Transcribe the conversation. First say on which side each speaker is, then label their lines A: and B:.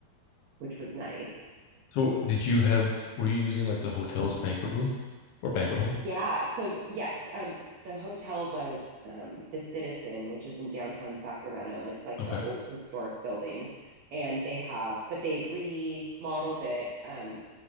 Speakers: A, on the right; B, on the left.
A: which was nice.
B: So did you have, were you using like the hotel's banquet room or banquet hall?
A: Yeah. So yes, um, the hotel was um, the Citizen, which is in downtown Sacramento, and it's like
B: Okay.
A: an old historic building. And they have, but they remodeled it. Um,